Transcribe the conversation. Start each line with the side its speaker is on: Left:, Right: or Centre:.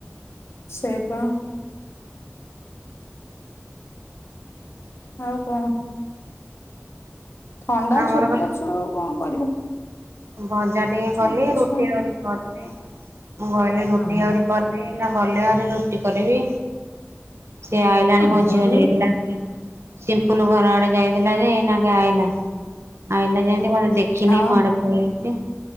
Left: ସେଇବା ହଉ କଣ? ଥଣ୍ଡା
Right: ଆମର
Left: ଛୋଟିଆଛୁ
Right: ବା
Left: ଆଉ କଣ କରିବୁ
Right: ଭଜା ଟିକେ
Left: ଛୋଟ
Right: କଲି ରୁଟି
Left: ଛୁଆ
Right: ଆହୁରି କରିି ମୁ କହିଲି ରୁଟି
Left: ଆମ
Right: ଆହୁରି। ଗଲେ ନା ଗଲେ ଆରେ ରୁଟି କରିବି। ସେଆଇ ଲଣି
Left: ଆମର
Right: ମୋଜି ହଯାଇ ତ ଲ ସିମ୍ପଲ ଘର ଆଡେ ଯାଇଥିଲା ଯେ ଏଇନାଗ ଆଇଲା ଆଇଲା ଯେମତି ମତେ ଦେଖିନି
Left: ଆ
Right: ମାଡ ହ ଏତି